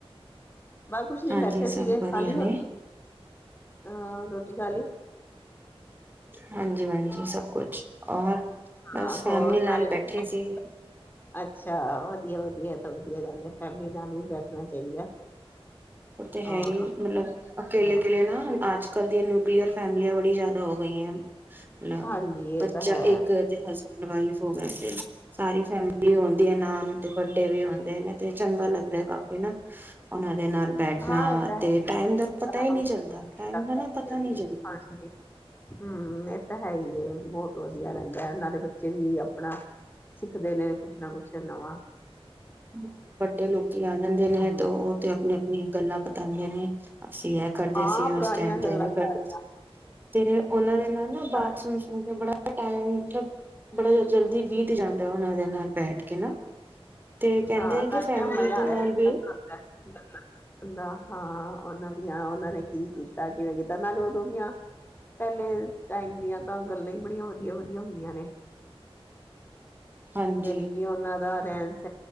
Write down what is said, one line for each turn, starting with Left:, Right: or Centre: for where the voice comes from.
Left: ਬ ਕੁਛ ਨੀ
Right: ਹਾਂਜੀ
Left: ਬੈਠੇ ਸੀਗੇ
Right: ਸਭ ਵਧੀਆ
Left: ਖਾਲੀ
Right: ਨੇ
Left: ਰੋਟੀ ਹਾਂ ਰੋਟੀ ਖਾਲ ਲਈ
Right: ਹਾਂਜੀ ਹਾਂਜੀ ਸਭ ਕੁਛ ਔਰ ਬਸ
Left: ਹਾਂ ਹੋਰ
Right: ਫੈਮਲੀ
Left: ਸਾਰੇ
Right: ਨਾਲ ਬੈਠੇ
Left: ਠੀਕਠਾਕ
Right: ਸੀ
Left: ਅੱਛਾ ਵਧੀਆ ਵਧੀਆ ਵਧੀਆ ਤਾਂ ਵਧੀਆ ਗੱਲ ਹੈ ਫੈਮਲੀ ਨਾਲ ਵੀ ਬੈਠਣਾ ਚਾਹੀਦਾ
Right: ਉੱਥੇ ਹੈ
Left: ਹਾਂ
Right: ਹੀ ਮਤਲਬ ਅਕੇਲੇ
Left: ਹਾਂ
Right: ਕਿਲੇ ਨਾ ਅੱਜ ਕੱਲ ਦੀਆਂ ਨਿਊਕਲੀਅਰ ਫੈਮਲੀਆਂ ਬੜੀ ਜਿਆਦਾ ਹੋ ਗਈਆਂ ਮਤਲਬ
Left: ਹਾਂਜੀ ਇਹ
Right: ਬੱਚਾ
Left: ਤਾਂ ਹੈ
Right: ਇੱਕ ਤੇ ਹਸਬੈਂਡ ਵਾਈਫ ਹੋ ਗਿਆ ਤੇ ਸਾਰੀ ਫੈਮਲੀ ਆਉਂਦੀ ਹੈ ਨਾਲ ਤੇ ਵੱਡੇ ਵੀ ਹੁੰਦੇ ਨੇ ਤੇ ਚੰਗਾ ਲੱਗਦਾ ਕਾਫੀ ਨਾ ਉਹਨਾਂ ਦੇ ਬੈਠਣਾ
Left: ਹਾਂ ਇਹ ਤਾਂ ਹੈ
Right: ਤੇ ਟਾਈਮ ਦਾ ਪਤਾ
Left: ਆਰਾਮ
Right: ਹੀ ਨਹੀਂੀ ਚੱਲਦਾ
Left: ਨਾਲ
Right: ਟਮ
Left: ਗੱਲਬਾਤ
Right: ਦਾ ਨਾ ਪਤਾ
Left: ਕਰਨੀ
Right: ਨਹੀਂੀ ਚੱਲਦਾ
Left: ਹਾਂਜੀ ਹਮ ਇਹ ਤਾਂ ਹੈ ਹੀ ਹੈ, ਬਹੁਤ ਵਧੀਆ ਰਹਿੰਦਾ ਹੈ ਨਾਲੇ ਬੱਚੇ ਵੀ ਆਪਣਾ ਸਿੱਖਦੇ ਨੇ ਕੁਛ ਨਾ ਕੁਛ ਨਵਾਂ
Right: ਹ ਵੱਡੇ ਲੋਕੀ ਆ ਜਾਂਦੇ ਨੇ
Left: ਹੂੰ,
Right: ਤੇ ਉਹ ਤੇ ਆਪਣੇ ਗੱਲਾਂ ਪਤਾ ਵੀ ਨੇ ਅਸੀਂ ਇਹ ਕਰਦੇ
Left: ਹਾਂ
Right: ਸੀ ਉਸ
Left: ਪੁਰਾਣੀਆਂ
Right: ਟਾਈਮ ਤੇ
Left: ਗੱਲਾਂ
Right: ਇਹ ਕਰਦੇ
Left: ਸਾਰੀਆਂ
Right: ਸੀ ਤੇ ਉਹਨਾਂ ਦੇ ਨਾਲ ਨਾ
Left: ਸਾਰ
Right: ਬਾਤ ਸੁਣ ਸੁਣ ਕੇ ਬੜਾ ਟਮ ਮਤਲਬ ਬੜਾ ਜਲਦੀ ਬ ਤੇ ਜਾਂਦਾ ਉਹਨਾਂ ਦੇ ਨਾਲ ਬੈਠ ਕੇ ਨਾ ਤੇ ਕਹਿੰਦੇ
Left: ਹਾਂ
Right: ਕਿ ਫੈਮਿਲੀ
Left: ਨ ਮਜ਼ਾ
Right: ਦੇ
Left: ਆਉਂਦਾਦਾ
Right: ਨਾਲ ਵੀ
Left: ਹਾਂ ਉਹਨਾਂ ਆਂ ਉਹਨਾਂ ਨੇ ਕੀ ਕੀਤਾ ਕਿਵੇਂ ਕੀਤਾ ਨਾਲੇ ਉਦੋਂ ਦੀਆਂ ਪਹਿਲੇ ਟਾਈਮ ਦੀਆਂ ਤਾਂ ਗੱਲਾਂ ਹੀ ਬੜੀਆਂ ਵਧੀਆ ਵਧੀਆ ਹੁੰਦੀਆਂ ਨੇ
Right: ਹਾਂਜੀ
Left: ਐਕ ਉਹਨਾਂ ਦਾਾ ਫੈਂਸ